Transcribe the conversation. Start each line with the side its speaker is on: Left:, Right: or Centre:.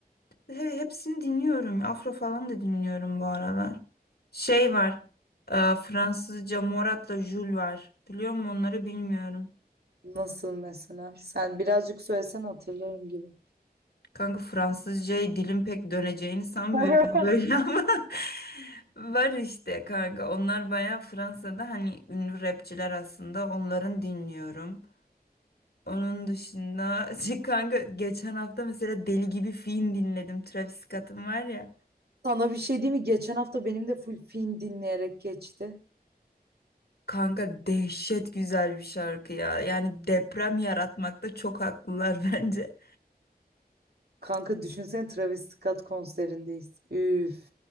Left: he- hepsini dinliyorum. Afro falan da dinliyorum bu aralar. Şey var. e, Fransızca Morat'la Jul var. Biliyor musun onları bilmiyorum.
Right: Nasıl mesela? Sen birazcık söylesen hatırlarım gibi.
Left: Kanka Fransızcaya dilim pek döneceğini sanmıyorum
Right: <laughs>
Left: böyle <laughs> ama var işte kanka. Onlar bayağı Fransa'da hani ünlü rapçiler aslında. Onların dinliyorum. Onun dışında <laughs> şey kanka geçen hafta mesela deli gibi film dinledim. Travis Scott'ın var ya.
Right: Sana bir şey diyeyim mi? Geçen hafta benim de full film dinleyerek geçti.
Left: Kanka dehşet güzel bir şarkı ya. Yani deprem yaratmakta çok haklılar <laughs> bence.
Right: Kanka düşünsene Travis Scott konserindeyiz. Üf.